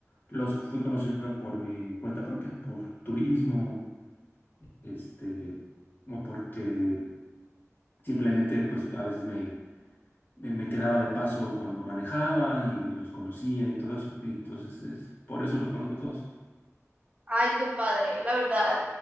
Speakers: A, on the left; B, on the right.
A: los fui conociendo por mi cuenta propia, por turismo, este, o porque simplemente pues a veces me me, me quedaba de paso cuando manejaba y los conocía y todo eso. Y entonces, es- por eso los conozco todos.
B: Ay, qué padre, la verdad.